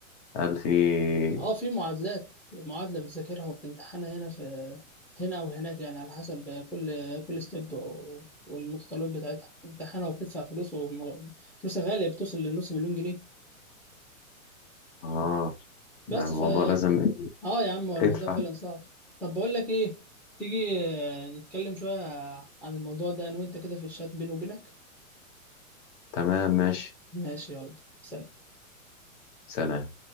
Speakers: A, on the left; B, in the centre.
A: هل في
B: اه في معادلات معادلة بتذاكرها وبتمتحنها هنا في هنا او هناك يعني على حسب كل كل ستيب والمتطلبات بتاعتها بتمتحنها وبتدفع فلوس وم- فلوسها غالية بتوصل لنص مليون جنيه
A: آه
B: بس
A: يعني الموضوع
B: فا
A: لازم
B: اه يا عم هو الموضوع
A: ادفع
B: فعلا صعب طب بقول لك ايه تيجي آه، نتكلم شوية عن الموضوع ده انا وانت كده في الشات بيني وبينك
A: تمام ماشي
B: ماشي يلا سلام
A: سلام